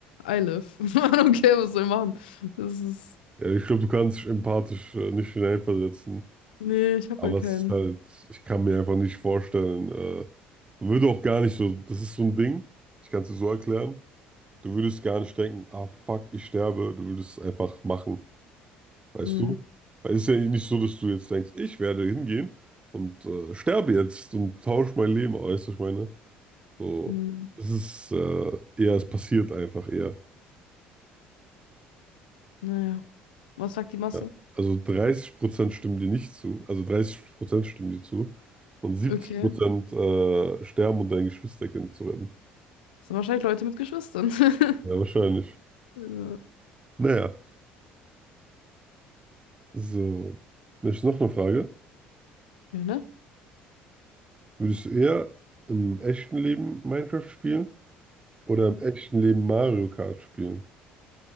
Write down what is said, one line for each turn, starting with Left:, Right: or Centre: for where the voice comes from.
Left: I live. <laughs> I don't care, was soll ich machen. Das ist.
Right: Ja, ich glaube, du kannst dich empathisch äh, nicht hineinversetzen,
Left: Nee, ich habe
Right: aber
Left: halt
Right: es
Left: keinen.
Right: ist halt, ich kann mir einfach nicht vorstellen, äh, man würde auch gar nicht so, das ist so ein Ding, ich kann es dir so erklären, du würdest gar nicht denken, ah fuck, ich sterbe, du würdest es einfach machen. Weißt
Left: Mm,
Right: du? Weil es ist ja nicht so, dass du jetzt denkst, ich werde hingehen und äh, sterbe jetzt und tausche mein Leben aus, weißt du, was ich meine? So,
Left: mm.
Right: es ist äh, eher, es passiert einfach eher.
Left: Naja. Was sagt die Masse?
Right: Ja. Also 30% stimmen dir nicht zu, also 30% stimmen dir zu und 70%
Left: Okay.
Right: äh, sterben, um dein Geschwisterkind zu retten.
Left: Das sind wahrscheinlich Leute mit Geschwistern. <laughs>
Right: Ja, wahrscheinlich.
Left: Ja,
Right: Naja, so. Dann ist noch eine Frage.
Left: Ja, ne?
Right: Würdest du eher im echten Leben Minecraft spielen oder im echten Leben Mario Kart spielen?